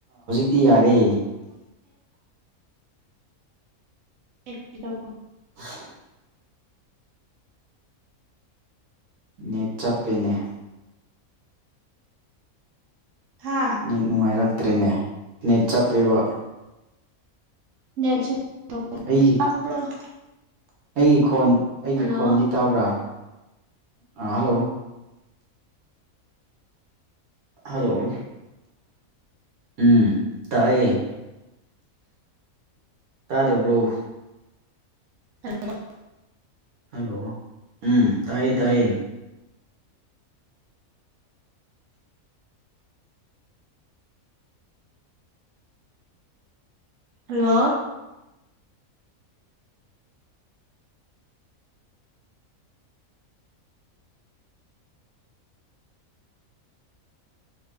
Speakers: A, on the right; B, on the right.
A: ꯇꯤ ꯌꯥꯔꯦ
B: <unintelligible>
A: <inaudible> ꯅꯦꯠ ꯆꯞꯄꯦꯅꯦ
B: ꯍꯥ
A: ꯅꯦꯠ ꯅꯨꯡꯉꯥꯏꯔꯛꯇ꯭ꯔꯦꯅꯦ ꯅꯦꯠ ꯆꯞꯄꯦꯕ
B: <unintelligible>
A: ꯑꯩꯒꯤ ꯑꯩꯒꯤ ꯈꯣꯟ ꯑꯩꯒꯤ
B: ꯍꯜꯂꯣ
A: ꯈꯣꯟꯗꯤ ꯇꯥꯕ꯭ꯔꯥ ꯑ ꯍꯜꯂꯣ ꯍꯜꯂꯣ ꯎꯝ ꯇꯥꯏꯌꯦ ꯇꯥꯗꯕ꯭ꯔꯣ
B: ꯍꯜꯂꯣ
A: ꯍꯜꯂꯣ ꯎꯝ ꯇꯥꯏ ꯇꯥꯏ
B: ꯍꯜꯂꯣ